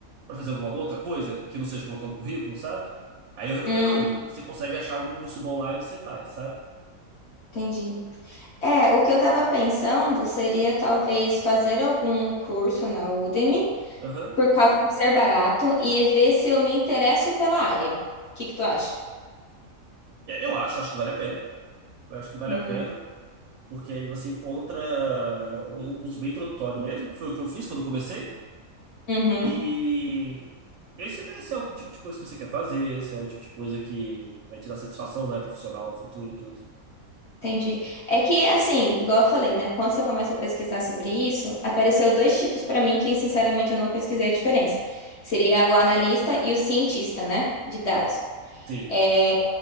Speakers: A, on the right; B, on the left.
A: para fazer alguma outra coisa que não seja colocar no currículo, sabe? Aí eu recomendo
B: Hum,
A: a Udemy, que você consegue achar algum curso bom lá e você faz, sabe?
B: entendi. É, o que eu tava pensando seria talvez fazer algum curso na Udemy,
A: Aham.
B: por causa de ser barato, e ver se eu me interesso pela área. O que que tu acha?
A: E Eu acho, acho que vale a pena. Eu Acho que vale
B: Hum,
A: a pena, porque aí você encontra um curso bem introdutório mesmo, que foi o que eu fiz quando eu comecei.
B: uhum.
A: E, e aí você vê se é o que tipo de coisa que você quer fazer, se é o tipo de coisa que vai te dar satisfação, né, profissional no futuro e tudo.
B: Entendi. É que, assim, igual eu falei, né? Quando você começa a pesquisar sobre isso, apareceu dois tipos para mim que, sinceramente, eu não pesquisei a diferença. Seria o analista e o cientista, né? De dados.
A: Sim.
B: É,